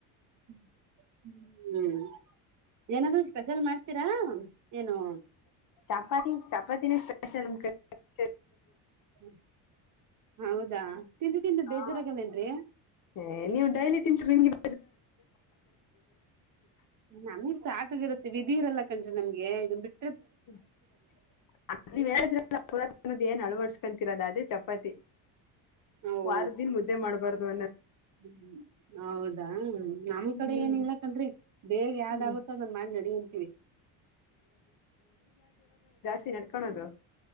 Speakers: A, on the right (about 40°); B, on the left (about 45°).
A: ಹ್ಮ್ ಹ್ಮ್. ಏನಾದ್ರೂ ಸ್ಪೆಷಲ್ ಮಾಡ್ತೀರಾ ಏನು.
B: ಚಾಪಾತಿ ಚಾಪಾತ್. <unintelligible>
A: ಹ ಹೌದಾ ತಿಂದು ತಿಂದು
B: ದಿನ
A: ಬೇಜಾರಾಗಲ್ಲವೇನ್ರಿ.
B: ಏ, ನೀವು ಡೈಲಿ ತಿಂತಿರ್ ನಿಮಿಗ್. <unintelligible>
A: ನಮಿಗ್ ಸಾಕಾಗಿರತ್ತೆ ವಿಧಿ ಇರಲ್ಲ ಕನ್ರಿ ನಮ್ಗೆ ಇದುನ್ ಬಿಟ್
B: <unintelligible> ಏನ್ ಅಳವಡ್ಸ್ಕಂದ್ ಕಿರದ್ ಅದೇ ಚಪಾತಿ
A: ನಾವು
B: ವಾರ ದಿನ್ ಮುದ್ದೆ ಮಾಡ್ಬಾರ್ದು ಅನ್ನ
A: ಹ್ಮ್ ಹೌದಾ. ನಮ್
B: ಹ್ಮ್
A: ಕಡೆ ಏನ್ ಇಲ್ಲಾಕಂದ್ರಿ ಬೇಗ ಯಾವ್ದಾಗುತ್ತೋ
B: ಹ್ಮ್
A: ಅದನ್ ಮಾಡಿ ನಡಿ ಅಂತೀವಿ.
B: ತೆ ನೆಡ್ಕಣದು.